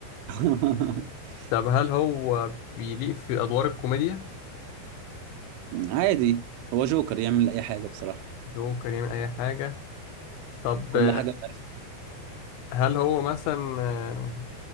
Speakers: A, on the right (about 80°); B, on the left (about 80°).
A: <laughs>
B: طب هل هو بيليق في أدوار الكوميديا؟
A: عادي هو جوكر يعمل اي حاجه بصراحه
B: اللي هو كان يعمل أي حاجة طب
A: كل
B: آه،
A: حاجه عارف
B: هل هو مثلا آه،